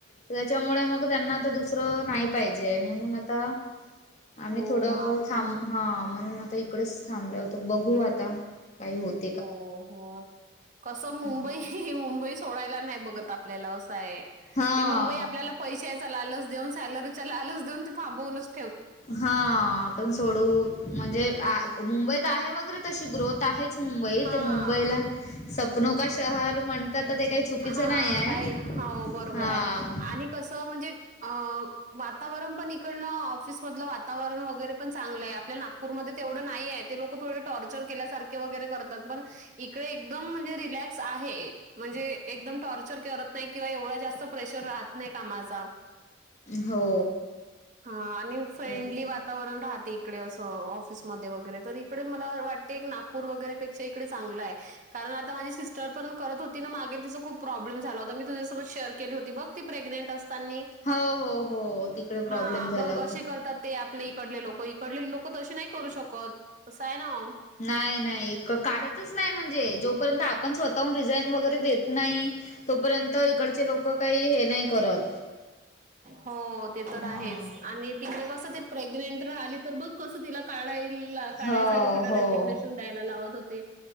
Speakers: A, on the left; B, on the right.
A: त्याच्यामुळे मग त्यांना आता दुसरं नाही पाहिजे आहे. म्हणून आता आम्ही
B: हो
A: थोडं
B: का?
A: थांब हा म्हणून आता इकडेच थांबलो होतो. बघू आता काही होत.
B: हो हो, कस
A: <inaudible>
B: ही ही, मुंबई सोडायला नाही बघत आपल्याला असं आहे
A: हां.
B: ती मुंबई आपल्याला पैशाचा लालच देऊन सॅलरी चा लालच देऊन ते थांबवूच.
A: हा, आपण सोडवू म्हणजे आ मुंबईत आहे वगैरे तशी ग्रोथ आहे. मुंबई
B: हां.
A: ते मुंबईला, सपनो का शहर म्हणतात ते चुकीचं
B: हा.
A: नाही आहे.
B: काय हो बरोबर
A: हां.
B: आहे. आणि- कसं म्हणजे? अ वातावरण पण इकडंल ऑफिस - मधलं वातावरण वगैरे पण चांगलं आहे. आपल्या नागपूरमध्ये तेवढं नाहीए. ते लोक थोडे टॉर -- चर केल्यासारखे वगैरे करतात. पण इकडे एकदम म्हणजे रिलॅक्स आहे. म्हणजे- एकदम टॉर्चर करत नाही किंवा एवढा जास्त प्रेशर राहत नाही कामाचा.
A: हो.
B: हा. आणि फ्रेंडली
A: बरोबर.
B: वात - -तावरण राहते इकडे असं ऑफिस मध्ये वगैरे तर, इकडे मला वाटतेए नागपूर वगैरे पेक्ष- क्षा ईकडे चांगलय. कारण आता माझी सिस्टर पण करत होती ना? मागे तिचं- खुप प्रॉब्लेम झाला होता. मी तुझ्यासोबत शेअर केली होती बघ ती प्रेग्नेंट असतानी-
A: हो हो हो. तिकडे प्रॉब्लेम
B: हा
A: झाला
B: मग असे
A: होता.
B: करतात ते आपले इकडले लोक. इकडले लोक तशी नाही करू शकत असं आहे ना?
A: नाही नाही. काढतच नाही म्हणजे. जोपर्यंत आपण स्वतःहून रिझाईन वगैरे देत- नाही. तोपर्यंत इकडचे लोक काही हे नाही करत.
B: हो ते तर आहेच.
A: हां.
B: आणि तिकडे कस ते प्रेग्नेंट राहिली तर बघ- कसं तिला काढाय काढायसाठी
A: हो,
B: तिला
A: हो.
B: रेजिग्नेशन द्यायला लावत होते.